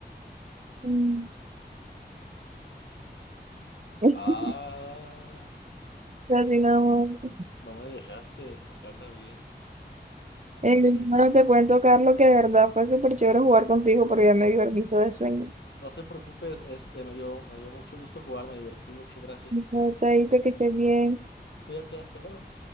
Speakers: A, on the right; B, on the left.
A: Mm, <laughs>
B: Ah,
A: Así nada más.
B: no me dejaste sacarla bien.
A: Eh,
B: A ver,
A: bueno, te cuento, Carlos, que de verdad fue súper chévere jugar contigo, pero ya me dio el visto de sueño.
B: no te preocupes, este me dio, me dio mucho gusto jugar, me divertí mucho, gracias.
A: No, Chaito, que estés bien.
B: Cuídate, hasta luego.